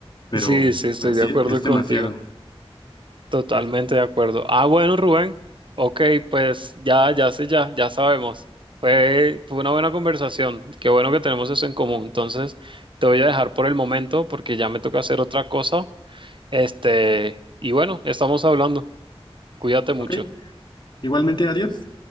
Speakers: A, on the left; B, on the right.
A: Pero,
B: sí, sí, estoy
A: pero sí,
B: de acuerdo
A: es
B: contigo.
A: demasiado.
B: Totalmente
A: Es-
B: de acuerdo. Ah, bueno, Rubén. Ok, pues ya, ya sé, ya, ya sabemos. Fue, fue una buena conversación. Qué bueno que tenemos eso en común. Entonces, te voy a dejar por el momento porque ya me toca hacer otra cosa. Este, y bueno, estamos hablando. Cuídate mucho.
A: ok, igualmente, adiós.